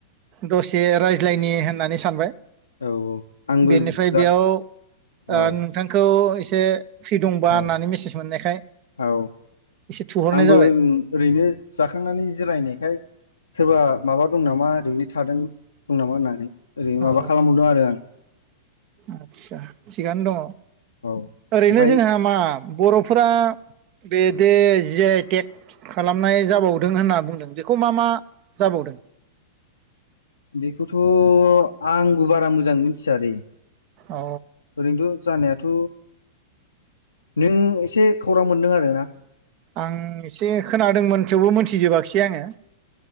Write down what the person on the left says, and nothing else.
औ आंबो
जा
औ
औ
औ
आंबो
उम ओरैनो जाखांनानै जिरायनायखाय सोरबा माबा दं नामा ओरैनो थादों दं नामा होननानै ओरैनो
माबा खालामहरदों आरो आं
औ
ओमफाय
बेखौथ' आंबो बारा मोजांङै मिथियादै
ओरैनोथ' जानायाथ' नों एसे खौरां मोन्दों आरोना?